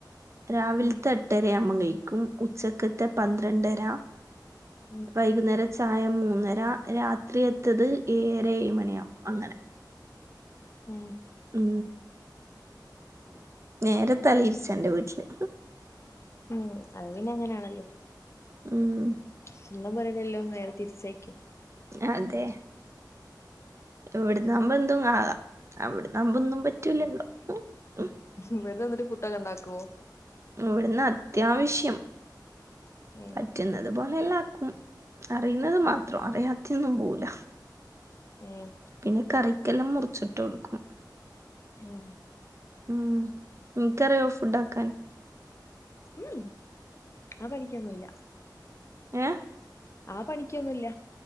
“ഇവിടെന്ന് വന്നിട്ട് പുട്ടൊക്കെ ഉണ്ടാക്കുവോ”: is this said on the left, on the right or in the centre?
Left